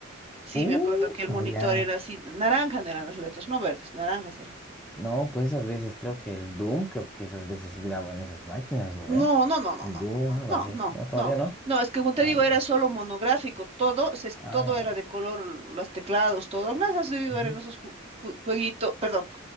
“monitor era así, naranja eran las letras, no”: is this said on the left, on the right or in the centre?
Right